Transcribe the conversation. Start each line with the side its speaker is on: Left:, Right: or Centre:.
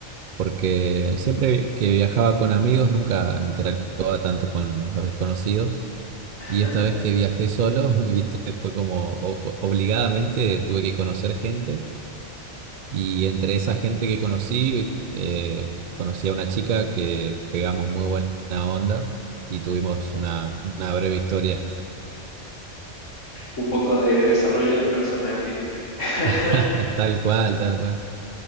Right: porque siempre que viajaba con amigos nunca interactuaba tanto con los desconocidos.
Left: <laughs>
Right: Y esta vez que viajé solo, <laughs> viste, fue como o- o- obligadamente tuve que conocer gente. Y entre esa gente que conocí, eh, conocí a una chica que pegamos muy buena onda y tuvimos una, una breve historia.
Left: Un poco de desarrollo de personaje. <laughs>
Right: <laughs> Tal cual, tal cual.